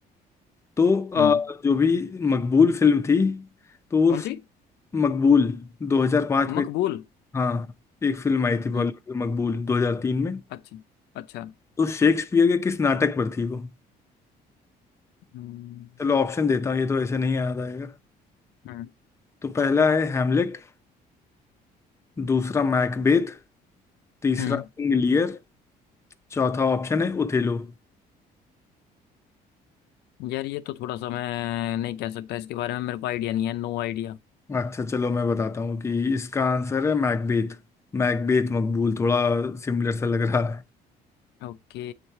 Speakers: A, on the left (about 15°); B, on the left (about 75°).
A: तो अ,
B: हम्म
A: जो भी मकबूल फिल्म थी तो वो
B: कौन सी
A: मकबूल 2005 में
B: मकबूल
A: हाँ एक फिल्म आई थी बॉलीवुड
B: हम्म
A: की मकबूल 2003 में
B: अच्छा अच्छा
A: तो शेक्सपियर के किस नाटक पर थी वो
B: हम्म
A: चलो ऑप्शन देता हूँ ये तो ऐसे नहीं याद आएगा
B: हम्म
A: तो पहला है हैमलेट दूसरा मैकबेथ तीसरा
B: हम्म।
A: किंग लियर चौथा ऑप्शन है ओथेलो
B: यार ये तो थोड़ा सा मैं नहीं कह सकता इसके बारे में मेरे को आइडिया नहीं है नो आइडिया
A: अच्छा चलो मैं बताता हूँ कि इसका आंसर है मैकबेथ मैकबेथ मकबूल थोड़ा सिमिलर सा लग रहा है
B: ओके